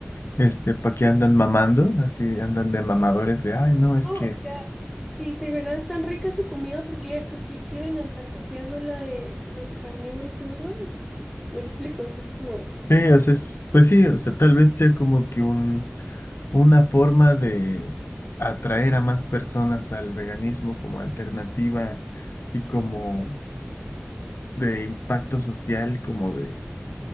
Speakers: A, on the left; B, in the centre.
A: este, ¿para qué andan mamando? Así andan de mamadores de, ay, no, es
B: Oh,
A: que,
B: sí, de verdad es tan rica su comida, ¿por qué, por qué quieren andar copiando la de los carnívoros de verdad? Me explico, o sea, es como...
A: sí, o sea, es- pues sí, o sea, tal vez sea como que un, una forma de atraer a más personas al veganismo como alternativa y como de impacto social, como de